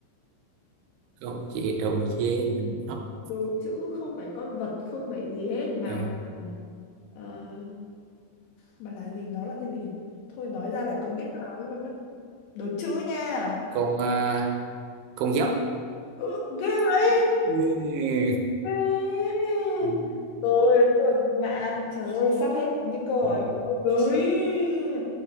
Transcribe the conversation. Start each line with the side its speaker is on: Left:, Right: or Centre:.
Right: không dễ đầu dê mình ốc
Left: đồ chữ không phải con vật không phải gì hết mà
Right: đầu
Left: là ờ, mà là gì nó là cái gì thôi nói ra là cậu biết đáp luôn mất Đồ chữ nha.
Right: con à, con dốc
Left: ừ, ghê vậy
Right: ừ,
Left: ghê.
Right: ừ,
Left: rồi bạn trời ơi sắp hết những câu
Right: ừ.
Left: hỏi của tôi rồi